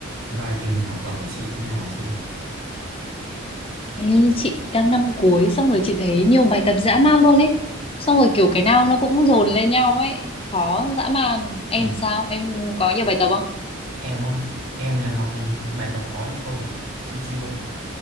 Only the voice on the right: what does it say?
Dạo này tình hình học tập của chị thế nào hả chị ơi?
Ừ.
Ờ,
em á, em nhà học bài tập có nhưng không mà, chiêu chiêu thôi.